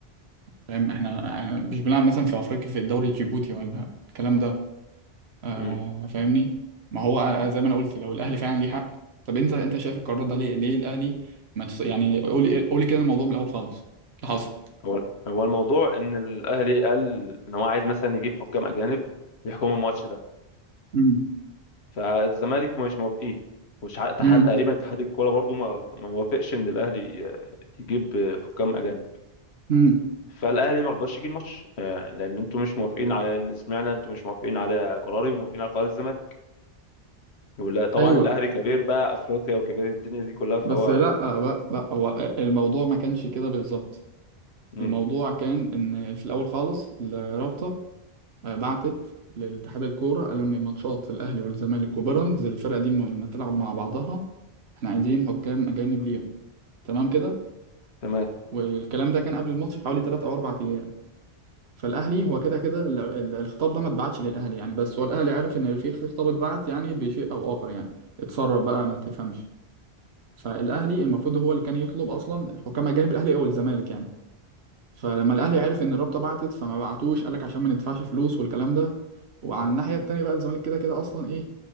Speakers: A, on the right; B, on the left.
A: فاهم احنا احنا مش بنلعب مثلا في افريقيا في الدوري الجيبوتي ولا الكلام ده آه
B: مم.
A: فاهمني ما هو آه، آه، زي ما انا قلت لو الاهلي فعلا ليه حق طب انت انت شايف القرار ده ليه ليه الاهلي ما تص... يعني قولي قولي كده الموضوع من الاول خالص اللي حصل
B: هو هو الموضوع ان الاهلي قال ان هو عايز مثلا يجيب حكام اجانب يحكموا الماتش ده
A: امم
B: فالزمالك مش موافقين وش ع- تح-
A: امم
B: تقريبا اتحاد الكوره برضو ما رض- ما موافقش ان الاهلي آه، يجيب آه، حكام اجانب
A: امم
B: فالاهلي ما رضاش يجي الماتش آه، لان انتوا مش موافقين على ان سمعنا انتوا مش موافقين على قراري وموافقين على قرار الزمالك ولا طبعا
A: ايوه
B: الاهلي كبير بقى افريقيا وكبير الدنيا دي كلها
A: بس
B: فهو
A: لا
B: ما ما
A: آه، لا لا هو الموضوع ما كانش كده بالظبط
B: امم
A: الموضوع كان ان في الاول خالص الرابطه آه، بعتت لاتحاد الكوره قالوا ان ماتشات الاهلي والزمالك وبيراميدز الفرقه دي لما تلعب مع بعضها احنا عايزين حكام اجانب ليهم تمام كده
B: تمام
A: والكلام ده كان قبل الماتش بحوالي 3 او 4 ايام فالاهلي هو كده كده ال- ال- الخطاب ده ما اتبعتش للاهلي يعني بس هو الاهلي عارف ان في خطاب اتبعت يعني بشيء او اخر يعني اتسرب بقى ما تفهمش فالاهلي المفروض هو اللي كان يطلب اصلا حكام اجانب الاهلي او الزمالك يعني فلما الاهلي عرف ان الرابطه بعتت فما بعتوش قال لك عشان ما ندفعش فلوس والكلام ده وعلى الناحيه التانيه بقى الزمالك كده كده اصلا ايه